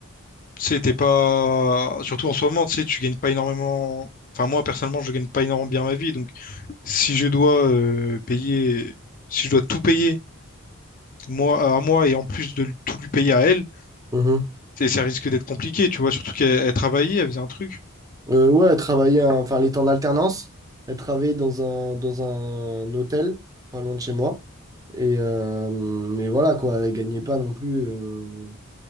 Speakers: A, on the left; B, on the right.
A: tu sais, t'es pas, surtout en ce moment, tu sais, tu gagnes pas énormément. Enfin, moi, personnellement, je gagne pas énormément bien ma vie, donc si je dois euh, payer, si je dois tout payer, moi, à moi, et en plus de tout lui payer à elle,
B: Mhm.
A: c'est- ça risque d'être compliqué, tu vois, surtout qu'elle elle travaillait, elle faisait un truc.
B: Euh, ouais, elle travaillait, un- enfin, elle était en alternance. Elle travaillait dans un, dans un hôtel, pas loin de chez moi. Et, euh, mais voilà, quoi, elle gagnait pas non plus. euh,